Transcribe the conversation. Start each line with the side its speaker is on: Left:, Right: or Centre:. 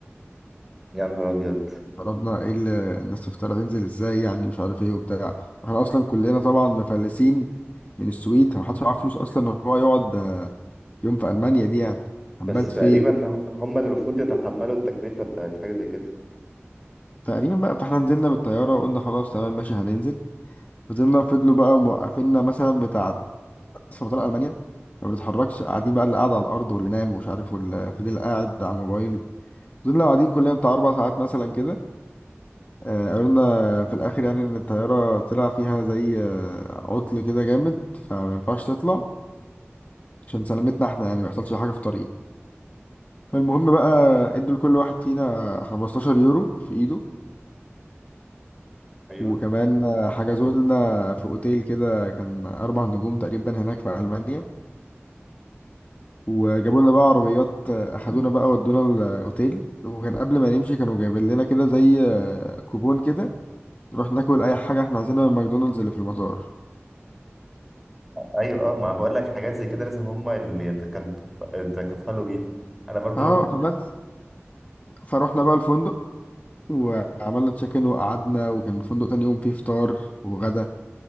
Centre: يا نهار ابيض
Left: فربنا ايه اللي الناس في الطياره تنزل ازاي يعني مش عارف ايه وبتاع واحنا اصلا كلنا طبعا مفلسين من السويد محدش معاه فلوس اصلا ان هو يقعد آه، يوم في المانيا دي يعني هنبات
Centre: بس تقريبا
Left: فين
Centre: هم اللي المفروض يتحملوا التكلفه بتاعت حاجه زي كده
Left: تقريبا بقى فاحنا نزلنا بالطيارة وقلنا خلاص تمام ماشي هننزل فضلنا فضلوا بقى موقفيننا مثلا بتاع في مطار ألمانيا ما بنتحركش قاعدين بقى اللي قاعد على الأرض واللي نام ومش عارف واللي فضل قاعد على الموبايل فضلنا قاعدين كلنا بتاع أربع ساعات مثلا كده آه، قلنا في الآخر يعني إن الطيارة طلع فيها زي آه، عطل كده جامد فما ينفعش تطلع عشان سلامتنا احنا يعني ما يحصلش حاجة في الطريق فالمهم بقى ادوا لكل واحد فينا 15 يورو في ايده
Centre: ايوه
Left: وكمان آه، حجزوا لنا في اوتيل كده كان اربع نجوم تقريبا هناك في المانيا وجابوا لنا بقى عربيات آه، اخدونا بقى ودونا الاوتيل وكان قبل ما نمشي كانوا جايبين لنا كده زي آه، كوبون كده نروح ناكل اي حاجه احنا عايزينها من ماكدونالدز اللي في المطار
Centre: ايوه اه ما بقول لك حاجات زي كده لازم هم اللي يتكلف... يتكفلوا بيها انا برضو
Left: اه فبس فروحنا بقى الفندق وعملنا تشيك ان وقعدنا وكان الفندق تاني يوم فيه فطار وغدا